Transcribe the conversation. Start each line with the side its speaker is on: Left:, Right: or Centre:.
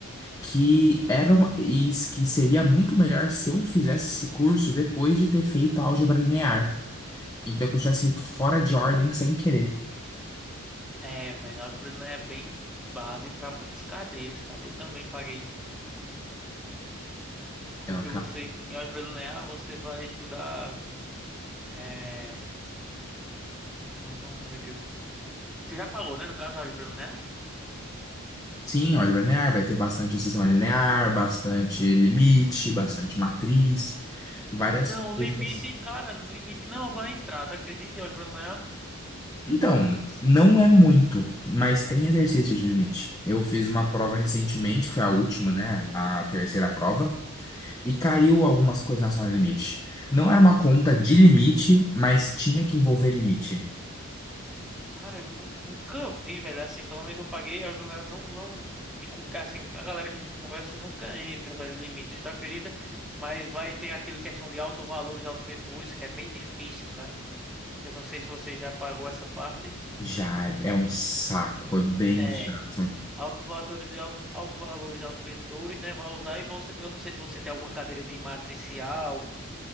Left: que era uma, e s- que seria muito melhor se eu fizesse esse curso depois de ter feito álgebra linear. Então, que eu tivesse feito fora de ordem sem querer.
Centre: É, velho. Álgebra linear é bem base para muitas cadeiras, cara. Eu também paguei. Porque
Left: Eu acabo.
Centre: você, em álgebra linear, você vai estudar. É, como é o nome, meu Deus? Tu já pagou, né? No caso, a Álgebra Linear?
Left: Sim, álgebra linear vai ter bastante sistema linear, bastante limite, bastante matriz, várias
Centre: Não,
Left: coisas.
Centre: limite, cara, limite não vai entrar, tá acredita em Álgebra Linear?
Left: Então, não é muito, mas tem exercício de limite. Eu fiz uma prova recentemente, que foi a última, né? A terceira prova. E caiu algumas coisas na sala limite. Não era uma conta de limite, mas tinha que envolver limite.
Centre: Cara, eu nu- nunca vi, velho, assim, pelo menos eu paguei, a Álgebra Linear não, não, e com, assim, a galera que a gente conversa nunca entra, velho, limite, tu acredita? Mas vai ter aquele questão de alto valores, alto vetores, que é bem difícil, cara. Eu não sei se você já pagou essa parte.
Left: Já é, é um saco, é bem
Centre: É,
Left: chato.
Centre: alto valores e alto, alto valores, alto vetores, né? Vai usar e você, eu não sei se você tem alguma cadeira de matricial